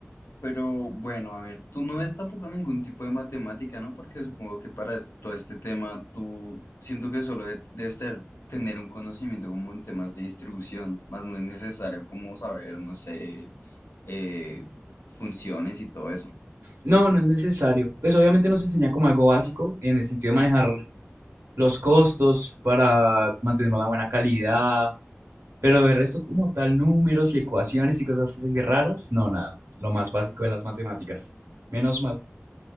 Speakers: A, on the left; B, on the right.
A: Pero bueno, a ver, tú no ves tampoco ningún tipo de matemática, ¿no? Porque supongo que para es- todo este tema tú siento que solo de- debes ter- tener un conocimiento como en temas de distribución, más no es necesario como saber, no sé, eh, funciones y todo eso.
B: No, no es necesario. Pues obviamente nos enseña como algo básico en el sentido de manejar los costos para mantener una buena calidad, pero de resto como tal números y ecuaciones y cosas así raras, no, nada. Lo más básico de las matemáticas. Menos mal.